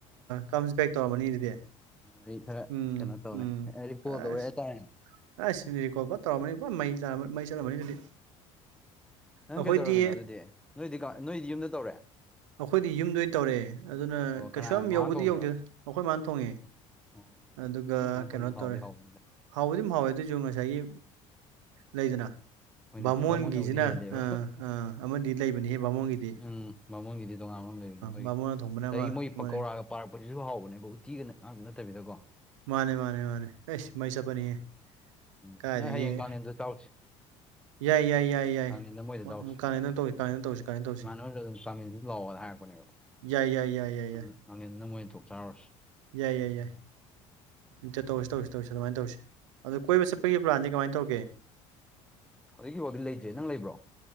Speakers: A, on the right; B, in the centre.
A: ꯀꯝꯁ ꯕꯦꯛ ꯇꯧꯔꯝꯃꯅꯤ ꯑꯗꯨꯗꯤ
B: ꯔꯤ ꯈꯔ
A: ꯎꯝ
B: ꯀꯩꯅꯣ ꯇꯧꯔꯦ
A: ꯎꯝ
B: ꯔꯤ ꯀꯣꯜ
A: ꯑꯁ
B: ꯇꯧꯔꯦ ꯍꯥꯏꯇꯥꯔꯦꯅꯦ
A: ꯑꯁ ꯔꯤꯀꯣꯜ ꯐꯅ ꯇꯧꯔꯝꯃꯅꯤ ꯄꯣꯔꯥ ꯃꯩ ꯆꯥ ꯃꯩ ꯆꯠꯂꯝꯃꯅꯤ ꯑꯗꯨꯗꯤ
B: ꯅꯪ
A: ꯑꯩꯈꯣꯏꯗꯤ
B: ꯀꯩꯗꯧꯔꯝꯃꯤꯅꯣ ꯑꯗꯨꯗꯤ ꯅꯣꯏꯗꯤ ꯀꯥ ꯅꯣꯏꯗꯤ ꯌꯨꯝꯗ ꯇꯧꯔꯦ
A: ꯑꯈꯣꯏꯗꯤ ꯌꯨꯝꯗ ꯑꯣꯏ ꯇꯧꯔꯦ ꯑꯗꯨꯅ
B: ꯑꯣ
A: ꯀꯩꯁꯨ
B: ꯀꯅꯥꯅ
A: ꯌꯥꯝ
B: ꯃꯃꯥꯅ
A: ꯌꯧꯕꯨꯗꯤ
B: ꯊꯣꯡꯉꯤꯔꯣ
A: ꯌꯧꯗꯦꯗ ꯑꯈꯣꯏ ꯃꯥꯅ ꯊꯣꯡꯉꯦ
B: ꯑꯣ
A: ꯑꯗꯨꯒ
B: ꯅꯣꯏ ꯃꯥꯅ
A: ꯀꯩꯅꯣ
B: ꯊꯣꯡꯁꯨ ꯍꯥꯎꯗꯤ
A: ꯇꯧꯔꯦ
B: ꯍꯥꯎꯕꯅꯤꯗ
A: ꯍꯥꯎꯕꯗꯤꯝ ꯍꯥꯎꯋꯦ ꯑꯗꯨꯏꯖꯨ ꯉꯁꯥꯏꯒꯤ ꯂꯩꯗꯅ
B: ꯍꯣꯏꯅꯦ
A: ꯕꯥꯃꯣꯟꯒꯤꯖꯤꯅ
B: ꯕꯥꯃꯣꯟꯅꯕꯨꯗꯤ ꯍꯦꯜꯂꯦꯕ
A: ꯑ ꯑ ꯑꯃꯗꯤ ꯂꯩꯕꯅꯤꯍꯦ ꯕꯥꯃꯣꯟꯒꯤ
B: ꯎꯝ ꯕꯥꯃꯣꯟꯒꯤꯗꯤ ꯇꯣꯉꯥꯟꯕ ꯑꯝ ꯂꯩꯕꯅꯦ ꯃꯣꯏꯒꯤ
A: ꯕꯥꯃꯣꯟꯅ ꯊꯣꯡꯕꯅ
B: ꯗꯒꯤ
A: ꯑꯃ
B: ꯃꯣꯏꯒꯤ
A: ꯑꯃ
B: ꯄꯀꯣꯔꯥꯒ
A: ꯂꯩ
B: ꯄꯥꯔꯛꯄꯖꯤꯖꯨ ꯍꯥꯎꯕꯅꯦꯕ ꯎꯠ ꯇꯤꯒ ꯅ ꯑ ꯅꯠꯇꯕꯤꯗꯀꯣ
A: ꯃꯥꯅꯦ ꯃꯥꯅꯦ ꯃꯥꯅꯦ ꯑꯩꯁ ꯃꯩ ꯆꯠꯄꯅꯤꯍꯦ
B: ꯎꯝ
A: ꯀꯥꯏꯗꯒꯤ
B: ꯅꯪ ꯍꯌꯦꯡ ꯀꯥꯡꯂꯦꯟꯗ ꯆꯥꯎꯁꯤ
A: ꯌꯥꯏ ꯌꯥꯏ ꯌꯥꯏ ꯌꯥꯏ
B: ꯀꯥꯡꯂꯦꯟꯗ ꯃꯣꯏꯗ ꯆꯥꯎꯁꯤ
A: ꯀꯥꯟꯅꯅ ꯇꯧꯁꯤ ꯀꯥꯟꯅꯅ ꯇꯧꯁꯤ ꯀꯥꯟꯅꯅ ꯇꯧꯁꯤ
B: ꯏꯃꯥꯟꯅꯕ ꯗꯨꯝ ꯀꯥꯡꯂꯦꯟꯗꯤ ꯂꯥꯛꯑꯣꯅ ꯍꯥꯏꯔꯛ ꯄꯅꯦꯕ
A: ꯌꯥꯏ ꯌꯥꯏ ꯌꯥꯏ ꯌꯥꯏ
B: ꯑꯗꯨ
A: ꯌꯥꯏ
B: ꯀꯥꯡꯂꯦꯟꯗ ꯃꯣꯏ ꯊꯣꯛ ꯆꯥꯎꯔꯁꯤ
A: ꯌꯥꯏ ꯌꯥꯏ ꯌꯥꯏ ꯆꯇꯧ ꯇꯧꯁꯤ ꯇꯧꯁꯤ ꯇꯧꯁꯤ ꯑꯗꯨꯃꯥꯏ ꯇꯧꯁꯤ ꯑꯗꯣ ꯀꯣꯏꯕ ꯆꯠꯄꯒꯤ ꯄ꯭ꯂꯥꯟꯗꯤ ꯀꯃꯥꯏ ꯇꯧꯔꯒꯦ
B: ꯍꯧꯖꯤꯛꯀꯤ ꯋꯥꯗꯤ ꯂꯩꯇ꯭ꯔꯤ ꯅꯪ ꯂꯩꯕ꯭ꯔꯣ